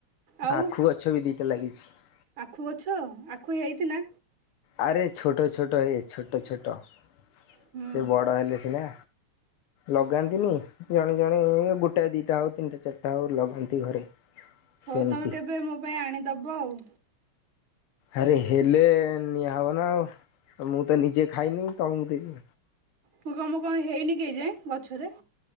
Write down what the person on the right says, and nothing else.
ଆଉ
ଆଖୁ ଗଛ ଆଖୁ ହେଇଛି ନା?
ହୁଁ
ହଉ ତମେ କେବେ ମୋ ପାଇଁ ଆଣିଦବ ଆଉ।
ମୁଁ କମ କଣ ହେଇନି କେହି ଯାଏଁ ଗଛରେ।